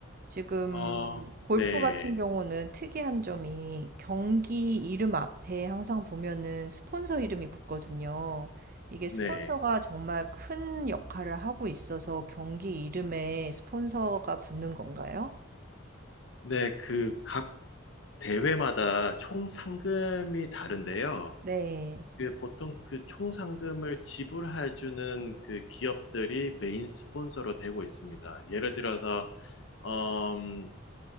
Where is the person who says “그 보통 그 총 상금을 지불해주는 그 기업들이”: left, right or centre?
Left